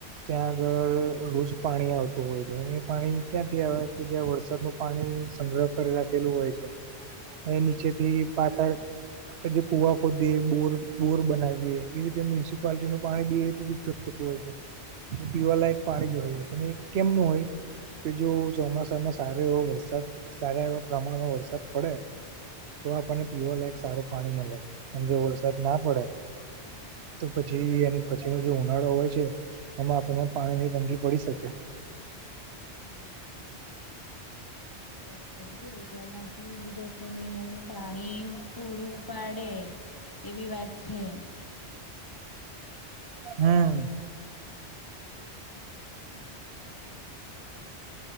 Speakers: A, on the right (about 70°); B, on the left (about 20°).
A: ત્યાં આગળ રોજ પાણી આવતું હોય છે અને એ પાણી ક્યાંથી આવે કે જ્યાં વરસાદનું પાણી સંગ્રહ કરી રાખેલું હોય છે એ નીચેથી પાથળ આપડણે જે કુવા ખોદીએ બોર બોર બનાવીએ એ રીતે મ્યુનિસિપાલટી નું પાણી બી એ રીતે જ ઉપયોગ થ હોય છે એ પીવાલા એક પાણી જ હોય છે પણ એ કેમનું હોય. કે જો ચોમાસામાં સારો એવો વરસાદ સારા એવા પ્રમાણમાં વરસાદ પડે. તો આપણને પીવા લાયક સારું પાણી મળે જો વરસાદ ના પડે. તો પછી એની પછીનો જે ઉનાળો હોય છે એમાં આપણને પાણી ની તંગી પડી શકે.
B: હમ. સાછી વા થઈ ગવું તો એમાં શું બીજા છ મહિનાનું પાણી પૂરું પાડે. એવી વાત છે.
A: હમ.